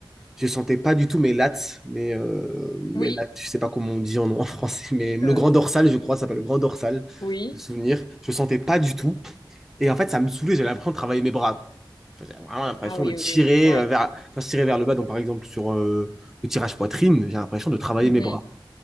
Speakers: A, in the centre; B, on the left.
A: Je sentais pas du tout mes lats, mais, euh,
B: Oui,
A: mes lats, je sais pas comment on dit en, en français, mais le
B: euh,
A: grand dorsal, je crois, ça s'appelle le grand dorsal,
B: oui.
A: de souvenir. Je sentais pas du tout. Et en fait, ça me saoulait, j'avais l'impression de travailler mes bras, quoi. Enfin, J'avais vraiment l'impression
B: Ah oui,
A: de tirer
B: oui, oui. Ouais.
A: euh, vers, quand je tirais vers le bas, donc par exemple sur euh, le tirage poitrine, j'ai l'impression de travailler
B: Mhm,
A: mes bras.